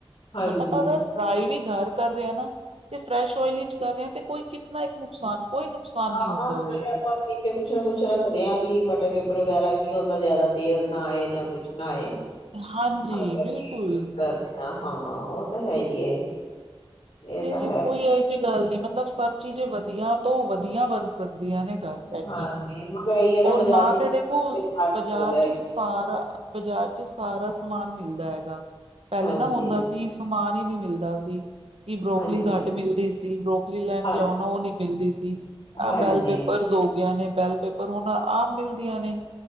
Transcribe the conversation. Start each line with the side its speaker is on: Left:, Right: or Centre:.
Left: ਹਾਂਜੀ
Right: ਬਟ ਆਪਾ ਅਗਰ ਫਰਾਈ ਵੀ, ਗਰ ਕਰ ਰਿਹਾ ਨਾ, ਤੇ ਫਰੈਸ਼ ਓਇਲ ਵਿਚ ਕਰ ਰਿਹਾ ਤੇ ਕੋਈ ਕਿਤਨਾ ਕੁ ਨੁਕਸਾਨ ਕੋਈ ਨੁਕਸਾਨ
Left: ਹਾਂ,
Right: ਨਹੀਂ ਹੁੰਦਾ ਉਹਦੇ
Left: ਆਪਾਂ ਵੀ ਨਕੇ ਕੁਛ ਨਾ ਕੁਛ ਕੁਛ ਰੱਖਦੇ, ਆ ਕਿ ਬਟਰ ਪੇਪਰ ਵਗੈਰਾ ਕੀ ਉਹਦਾ ਜ਼ਿਆਦਾ ਤੇਲ ਨਾ ਆਏ ਜਾਂ ਕੁਛ ਨਾ ਆਏ।
Right: ਹਾਂਜੀ
Left: ਆਪਾਂ
Right: ਬਿਲਕੁਲ,
Left: ਜੀ ਕੁਛ ਕਰਦੇ ਹਾਂ ਉਹ ਤਾਂ ਹੈ ਹੀ ਹੈ। ਇਹ
Right: ਤੇ
Left: ਤਾਂ
Right: ਕੋਈ ਇਹੋ ਜਿਹੀ ਗੱਲ ਨੀ ਮਤਲਬ ਸਭ ਚੀਜ਼ ਵਧੀਆ ਤੋਂ ਵਧੀਆ ਬਣ ਸਕਦੀਆਂ ਨੇ। ਘ ਬੈਠੇ
Left: ਹਾਂਜੀ ਮਗਰ ਇਹੀ ਹੈ
Right: ਔਰ
Left: ਬਾਜ਼ਾਰ
Right: ਨਾ
Left: ਦੀ
Right: ਤੇ ਦੇਖੋ, ਉਸ
Left: ਸਕਦਾ
Right: ਬਾਜ਼ਾਰ
Left: ਹੈ
Right: ਚ ਸਾਰਾ ਬਾਜ਼ਾਰ ਚ ਸਾਰਾ ਸਮਾਨ ਮਿਲਦਾ ਹੈਗਾ। ਪਹਿਲੇ
Left: ਹਾਂਜੀ
Right: ਨਾ ਹੁੰਦਾ ਸੀ, ਸਮਾਨ ਨਹੀ ਨਹੀਂ ਮਿਲਦਾ ਸੀ। ਕਿ ਬਰੋਕਲੀ
Left: ਹਾਂਜੀ
Right: ਘੱਟ ਮਿਲਦੀ ਸੀ, ਬਰੋਕਲੀ ਲੈਣ
Left: ਹਾਂ
Right: ਜਾਓ ਨਾ ਉਹ ਨੀ ਮਿਲਦੀ ਸੀ।
Left: ਹਾਂਜੀ
Right: ਆ ਵਾਲ ਪੇਪਰ ਜੋਰ ਗਏ ਨੇ ਬੈਲ ਪੇਪਰ ਹੁਣ ਆਮ ਮਿਲਦੀਆਂ ਨੇ।